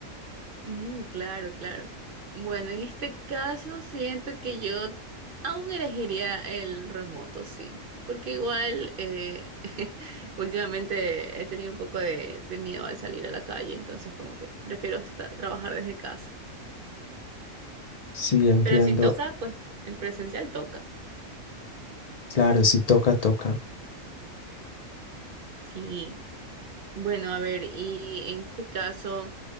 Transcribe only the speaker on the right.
Mm, claro, claro. Bueno, en este caso siento que yo aún elegiría el remoto, sí, porque igual eh, <laughs> últimamente he tenido un poco de, de miedo al salir a la calle, entonces como que prefiero esta- trabajar desde casa.
Pero si toca, pues en presencial toca.
Sí. Bueno, a ver, y en este caso,